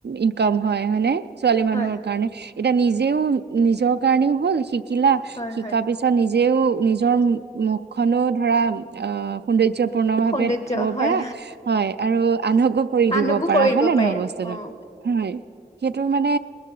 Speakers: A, on the right (about 85°); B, on the left (about 40°).
A: ইনকাম হয় নে ছোৱালী
B: হয়
A: মানুহৰ কাৰণে। এতিয়া নিজেও নিজৰ কাৰণেও হ'ল শিকিলা,
B: হয়
A: শিকাৰ
B: হয়
A: পিছত নিজেও জম মুখখনো ধৰা আ সৌন্দৰ্যপূৰ্ণ ভাৱে
B: সৌন্দৰ্য
A: থব
B: হয়
A: পাৰা হয় আৰু আনকো কৰি
B: আনকো
A: দিব পাৰা
B: কৰিব
A: হয় নে
B: পাৰিলা
A: নহয় বস্তুটো,
B: অ
A: হয় সেইটো মানে